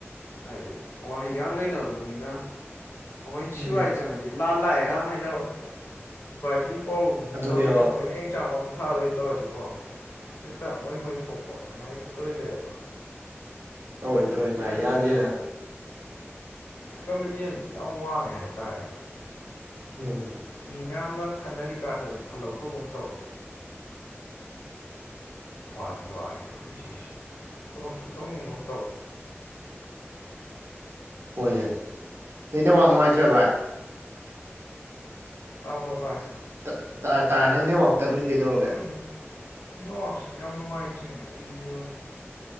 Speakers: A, on the left (about 60°); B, on the right (about 65°).
A: ꯍꯥꯏꯗꯤ ꯋꯥꯍꯩꯒꯥꯡ ꯂꯩꯅꯕꯗꯨꯅꯤꯅ ꯑꯩꯈꯣꯏ
B: ꯎꯝ
A: ꯁꯤꯕꯥꯏ ꯆꯪꯉꯗꯤ ꯂꯥ ꯂꯥꯛꯑꯦꯒ ꯍꯥꯏꯅꯕ ꯏꯄꯥ ꯏꯄꯨ ꯄꯧꯔꯨꯕꯅꯦ
B: ꯑꯗꯨꯅꯦꯕ
A: ꯇꯧꯔꯤ ꯑꯩꯈꯣꯏꯅ ꯑꯩ ꯆꯥꯡ ꯄꯊꯥꯗꯩ ꯇꯧꯔꯗꯤꯀꯣ ꯍꯦꯛꯇ ꯃꯣꯏ ꯃꯣꯏ ꯊꯣꯛꯄ ꯉ ꯍꯦꯛꯇ ꯇꯣꯏ ꯂꯩꯑꯦꯕ
B: ꯇꯧꯔꯣꯏ ꯇꯧꯔꯣꯏ ꯉꯥꯏ
A: ꯑꯗꯨ
B: ꯌꯥꯗꯦꯅ
A: ꯇꯧꯔꯤꯁꯦ ꯀꯝꯄꯤꯇꯤꯁꯟꯁꯤ ꯌꯥꯝ ꯋꯥꯡꯉꯦ ꯍꯥꯏꯇꯥꯔꯦ
B: ꯎꯝ
A: ꯃꯤ ꯃꯌꯥꯝꯅ ꯈꯟꯅꯔꯤ ꯀꯥꯟꯗꯁꯨ ꯈꯜꯍꯧꯗꯕ ꯑꯃ ꯇꯧꯋ ꯋꯥꯗꯤ ꯋꯥꯔꯦ ꯄꯨꯟꯁꯤꯁꯤ ꯊꯕꯛꯁꯨ ꯇꯧꯅꯤꯡꯒꯨꯝ ꯇꯧ
B: ꯍꯣꯏꯅꯦ ꯅꯅꯦ ꯋꯥ ꯅꯨꯡꯉꯥꯏꯇ꯭ꯔꯦ ꯚꯥꯏ
A: ꯇꯥꯕ꯭ꯔꯣ
B: ꯎꯝ
A: ꯚꯥꯏ
B: ꯎꯝ ꯇꯥꯔꯦ ꯅꯪ ꯅꯦꯠꯋꯥꯛ ꯇꯠꯂꯨ ꯀꯩꯗꯧꯔꯒꯦ
A: ꯎꯝ ꯏ ꯋꯥꯁꯤ ꯍꯥꯏꯇꯅ ꯑꯦꯜꯗ